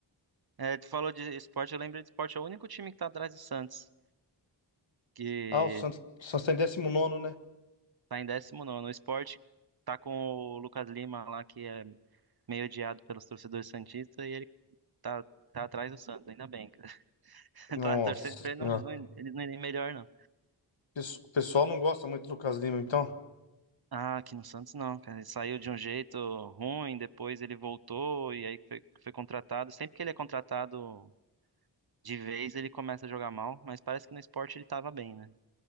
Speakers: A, on the right (about 55°); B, on the left (about 80°).
A: É, tu falou de esporte, eu lembro de esporte. É o único time que tá atrás do Santos, que
B: Ah, o Santos, o Santos tá em 19º, né?
A: tá em 19. O esporte tá com o Lucas Lima lá, que é meio odiado pelos torcedores santistas, e ele tá, tá atrás do Santos, ainda bem. cara. <laughs>
B: Nossa
A: Tá torcendo pra ele
B: Senhora.
A: não, não, ele não ir melhor, não.
B: Pes- O pessoal não gosta muito do Lucas Lima, então.
A: Ah, aqui no Santos não, cara. Ele saiu de um jeito ruim, depois ele voltou e aí foi, foi contratado. Sempre que ele é contratado de vez, ele começa a jogar mal, mas parece que no esporte ele tava bem, né?